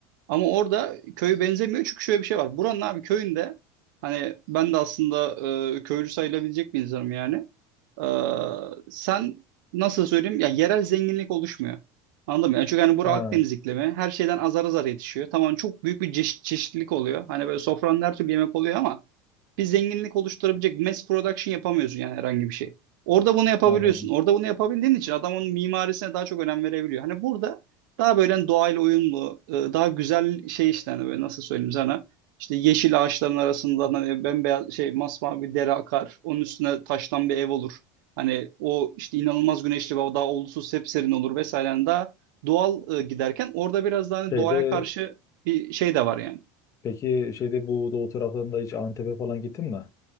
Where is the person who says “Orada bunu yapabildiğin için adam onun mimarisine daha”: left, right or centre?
Right